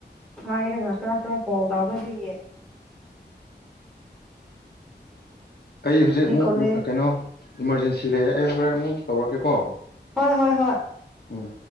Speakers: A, in the centre; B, on the left.
A: ꯉꯥꯏꯔꯒ ꯈꯔ ꯈꯔ ꯀꯣꯜ ꯇꯧꯕꯗꯒꯤ
B: ꯑꯩ ꯍꯧꯖꯤꯛ ꯑꯃꯨꯛ
A: ꯀꯣꯂꯦꯖ
B: ꯀꯩꯅꯣ ꯏꯃꯥꯔꯖꯦꯟꯁꯤ ꯂꯩꯔꯦ ꯑꯩ ꯍꯣꯔꯦꯟ ꯑꯃꯨꯛ ꯇꯧꯔꯛꯀꯦꯀꯣ
A: ꯍꯣꯏ ꯍꯣꯏ ꯍꯣꯏ
B: ꯎꯝ